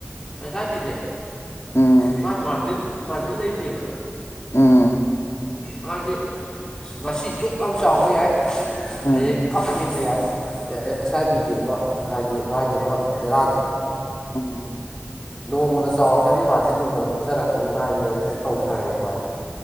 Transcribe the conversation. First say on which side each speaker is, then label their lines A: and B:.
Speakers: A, on the left (about 15°); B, on the left (about 80°).
A: ꯑꯦꯁ ꯑꯥꯏ ꯄꯤꯖ‌ꯦ
B: ꯎꯝ
A: ꯃꯥꯏ ꯃꯥꯔꯖꯤꯟ ꯃꯔꯖꯤꯟ ꯂꯩꯇꯦꯕ
B: ꯎꯝ
A: ꯃꯥꯒꯤ ꯉꯁꯤ ꯖꯣꯛ ꯂꯥꯎꯅ ꯆꯥꯎꯕ ꯌꯥꯏ
B: ꯎꯝ
A: ꯍꯌꯦꯡ ꯈꯞ ꯅ‌ꯦꯝꯕ ꯌꯥꯏ ꯑ‌ꯦ ꯑ‌‌ꯦ ꯑꯦꯁ ꯑꯥꯏ ꯄꯤꯒꯤꯕꫭ ꯍꯥꯏꯗꯤ ꯃꯥꯒꯤ ꯃ ꯕꯦꯔꯥꯁꯦ
B: ꯎꯝ
A: ꯅꯣꯡꯃꯅ ꯆꯥꯎꯔꯛꯀꯅꯤ ꯃꯥꯖꯤꯟ ꯅꯣꯡꯃꯗ ꯄꯤꯛꯊꯔꯛꯀꯅꯤ ꯃꯥꯥꯏꯗꯤ ꯑꯗꯨꯝ ꯇꯧ ꯁꯥꯔꯌ‌ꯦ ꯁꯨꯃꯥꯏ